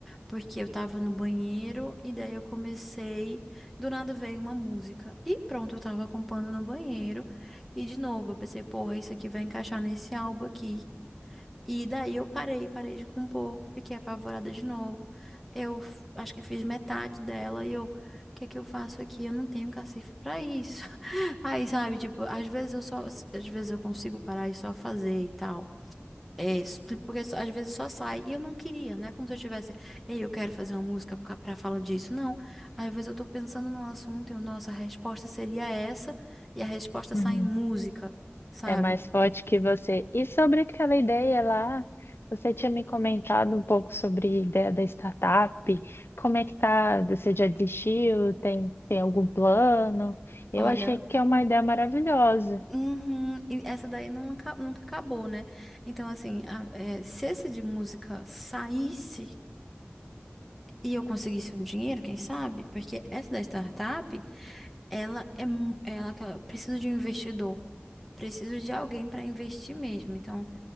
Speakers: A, in the centre; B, on the left.
A: porque eu tava no banheiro e daí eu comecei, do nada veio uma música e pronto, eu tava compondo no banheiro e de novo eu pensei, porra, isso aqui vai encaixar nesse álbum aqui e daí eu parei, parei de compor, fiquei apavorada de novo. Eu f- acho que fiz metade dela e eu, o que é que eu faço aqui? Eu não tenho cacife pra isso. <laughs> Aí, sabe, tipo, às vezes eu só, às vezes eu consigo parar e só fazer e tal. É, s- porque só- às vezes só sai. E eu não queria, né? Como se eu tivesse, ei, eu quero fazer uma música pra, pra falar disso. Não. Às vezes eu tô pensando num assunto e eu, nossa, a resposta seria essa, e a resposta
B: Uhum.
A: sai em música, sabe?
B: É mais forte que você. E sobre aquela ideia lá, você tinha me comentado um pouco sobre a ideia da startup. Como é que tá? Você já desistiu? Tem, tem algum plano? Eu
A: Olha,
B: achei que é uma ideia maravilhosa,
A: Uhum, e essa daí nunca, nunca acabou, né? Então, assim, a- é, se esse de música saísse e eu conseguisse um dinheiro, quem sabe? Porque essa da startup, ela é mu- ela que ela- precisa de um investidor, preciso de alguém para investir mesmo. Então,